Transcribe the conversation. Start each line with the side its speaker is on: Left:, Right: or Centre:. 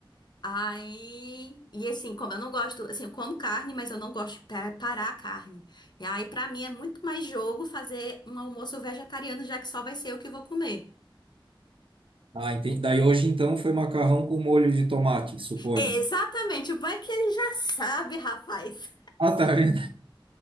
Left: Aí, e assim, como eu não gosto, assim, eu como carne, mas eu não gosto de preparar a carne. E aí, pra mim, é muito mais jogo fazer um almoço vegetariano, já que só vai ser eu que vou comer.
Right: Ah, entendi. Daí hoje então foi macarrão com molho de tomate, suponho.
Left: Exatamente, o bom é que ele já sabe, rapaz.
Right: Ah, tá vendo? <laughs>